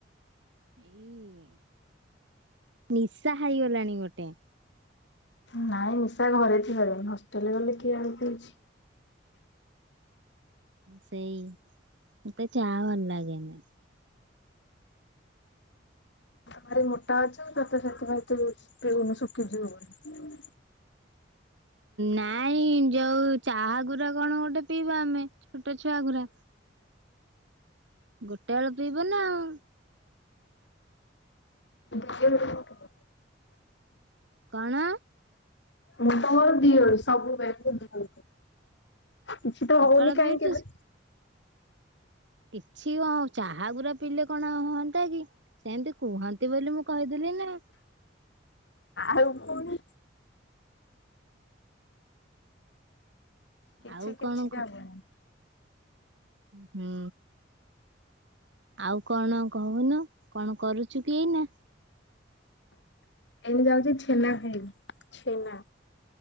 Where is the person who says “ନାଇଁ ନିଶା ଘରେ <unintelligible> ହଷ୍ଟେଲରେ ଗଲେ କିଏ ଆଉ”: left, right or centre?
Left